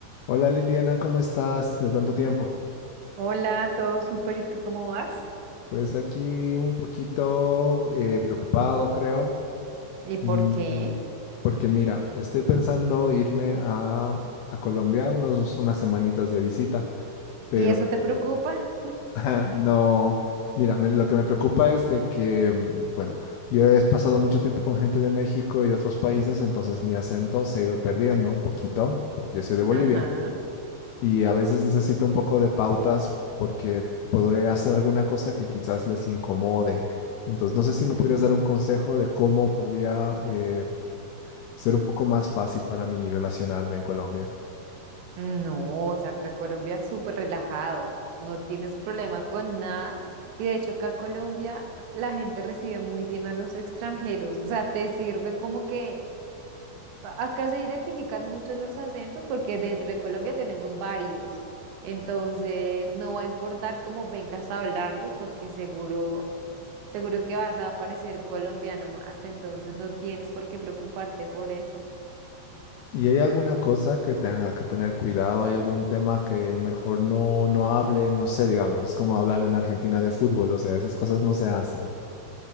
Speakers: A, on the left (about 85°); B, on the right (about 80°).
A: Hola Liliana, ¿cómo estás? De tanto tiempo.
B: Hola, todo súper, ¿y tú cómo vas?
A: Pues aquí un poquito eh, preocupado, creo,
B: ¿Y por
A: Mm,
B: qué?
A: porque mira, estoy pensando irme a, a Colombia unos, unas semanitas de visita, pero
B: ¿Y eso te
A: <laughs>
B: preocupa?
A: ajá, no, mira, me- lo que me preocupa es de que, mm, bueno, yo he pasado mucho tiempo con gente de México y de otros países, entonces mi acento se ha ido perdiendo un poquito, porque yo soy de Bolivia.
B: Ajá.
A: y a veces necesito un poco de pautas porque podría hacer alguna cosa que quizás les incomode. Entonces, no sé si me podrías dar un consejo de cómo podría eh, ser un poco más fácil para mí relacionarme en Colombia.
B: No, o sea, acá Colombia es súper relajado, no tienes problema con nada. Y de hecho, acá Colombia la gente recibe muy bien a los extranjeros, o sea, te sirve como que a- acá se identifican mucho los acentos porque dentro de Colombia tenemos varios. Entonces, no va a importar cómo vengas hablando, porque seguro Seguro que vas a parecer un colombiano más, entonces no tienes por qué preocuparte por eso.
A: ¿Y hay alguna cosa que tenga que tener cuidado? ¿Hay algún tema que mejor no, no hable? No sé, digamos, es como hablar en Argentina de fútbol, o sea, esas cosas no se hacen.